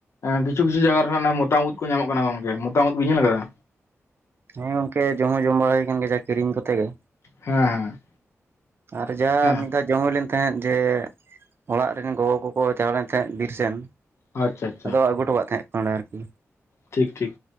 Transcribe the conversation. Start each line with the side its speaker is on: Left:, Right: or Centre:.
Left: ᱠᱤᱪᱷᱩ ᱠᱤᱪᱼᱼ ᱠᱤᱪᱷᱩ ᱡᱟᱜᱟ ᱨᱮᱱᱟᱜ ᱚᱱᱟ ᱢᱚᱛᱟᱢ ᱩᱛ ᱠᱚ ᱧᱟᱢᱚᱜ ᱠᱟᱱᱟ ᱜᱚᱝᱠᱮ ᱢᱚᱛᱟᱢ ᱩᱛ ᱵᱤᱱ ᱧᱮᱞ ᱟᱠᱟᱫᱟ?
Right: ᱦᱮᱸ ᱜᱚᱝᱠᱮ ᱡᱚᱢ ᱦᱚᱸ ᱡᱚᱢ ᱵᱟᱲᱟ ᱦᱩᱭ ᱟᱠᱟᱱ ᱜᱮᱭᱟ ᱡᱟ ᱠᱤᱨᱤᱧ ᱠᱚᱛᱮ ᱜᱮ᱾
Left: ᱦᱮᱸ ᱦᱮᱸ᱾
Right: ᱟᱨ ᱡᱟ ᱢᱤᱫᱼᱼ
Left: ᱦᱮᱸ
Right: ᱫᱷᱟᱹᱣ ᱡᱚᱢ ᱦᱩᱭ ᱞᱮᱱ ᱛᱟᱦᱮᱸᱜ ᱡᱮ ᱚᱲᱟᱜ ᱨᱮᱱ ᱜᱚᱜᱚ ᱠᱚᱠᱚ ᱪᱟᱞᱟᱣ ᱞᱮᱱ ᱛᱟᱦᱮᱸᱜ ᱵᱤᱨ ᱥᱮᱱ᱾
Left: ᱟᱪᱪᱷᱟ ᱟᱪᱪᱷᱟ
Right: ᱟᱫᱚ ᱟᱹᱜᱩ ᱦᱚᱴᱚ ᱠᱟᱜ ᱛᱟᱦᱮᱸᱫ ᱠᱚ ᱱᱚᱸᱰᱮ ᱟᱨᱠᱤ᱾
Left: ᱴᱷᱤᱠ ᱴᱷᱤᱠ᱾